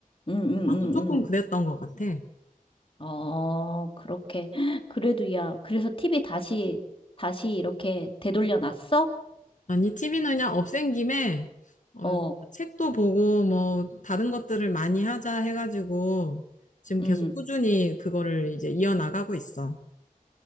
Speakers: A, on the left (about 35°); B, on the left (about 55°).
A: 응, 응,
B: 나도 조금
A: 응,
B: 그랬던 것 같아.
A: 응. 어, 그렇게. <gasps> 그래도 야, 그래서 티비 다시, 다시 이렇게 되돌려 놨어?
B: 아니, 티비 는 그냥 없앤 김에, 어,
A: 어,
B: 책도 보고, 뭐, 다른 것들을 많이 하자 해가지고, 지금
A: 응.
B: 계속 꾸준히 그거를 이제 이어나가고 있어.